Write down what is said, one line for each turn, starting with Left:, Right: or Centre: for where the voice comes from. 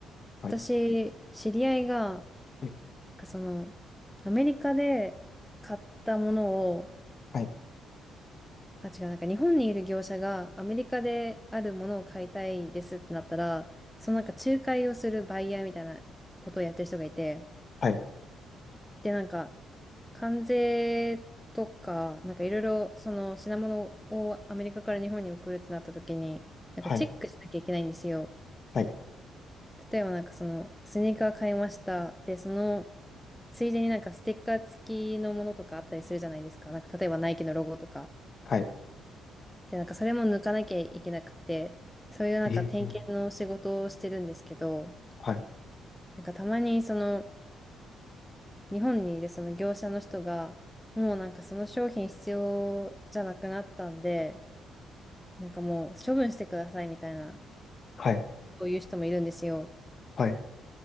Left: はい。
Centre: 私、知り合いが、
Left: はい。
Centre: なんかその、アメリカで買ったものを、
Left: はい。
Centre: あ、違う、なんか日本にいる業者がアメリカであるものを買いたいですってなったら、そのなんか仲介をするバイヤーみたいなことをやってる人がいて、
Left: はい。
Centre: で、なんか、関税とか、なんかいろいろ、その品物をアメリカから日本に送るってなった時に、なんかチェックしなきゃいけないんですよ。
Left: はい。はい。はい。
Centre: 例えばなんかその、スニーカー買いました。で、その、ついでになんかステッカー付きのものとかあったりするじゃないですか。なんか例えばナイキのロゴとか。
Left: はい
Centre: で、なんかそれも抜かなきゃいけなくて、そういうなんか点検の仕事をしてるんですけど、
Left: えー、はい。
Centre: なんかたまにその日本にいるその業者の人が、もうなんかその商品必要じゃなくなったんで、なんかもう処分してくださいみたいな
Left: はい。
Centre: ことを言う人もいるんですよ。
Left: はい。